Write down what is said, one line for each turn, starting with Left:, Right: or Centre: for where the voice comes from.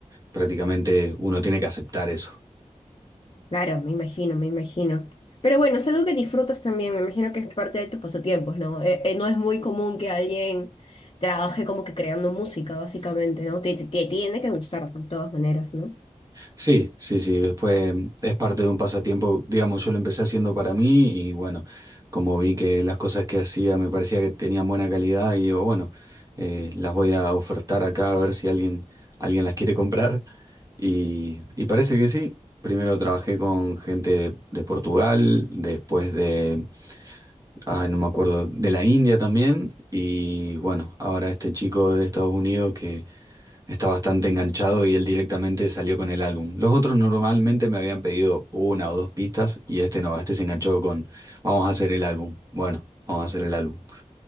Right: Prácticamente uno tiene que aceptar eso.
Left: Claro, me imagino, me imagino. Pero bueno, es algo que disfrutas también, me imagino que es parte de tus pasatiempos, ¿no? Eh, eh, no es muy común que alguien trabaje como que creando música, básicamente, ¿no? Te, te tiene que gustar de todas maneras, ¿no?
Right: Sí, sí, sí, fue, es parte de un pasatiempo, digamos, yo lo empecé haciendo para mí y bueno, como vi que las cosas que hacía me parecía que tenían buena calidad y digo, bueno, eh, las voy a ofertar acá a ver si alguien, alguien las quiere comprar y, y parece que sí. Primero trabajé con gente de Portugal, después de, ah, no me acuerdo, de la India también y bueno, ahora este chico de Estados Unidos que Está bastante enganchado y él directamente salió con el álbum. Los otros normalmente me habían pedido una o dos pistas y este no, este se enganchó con vamos a hacer el álbum. Bueno, vamos a hacer el álbum.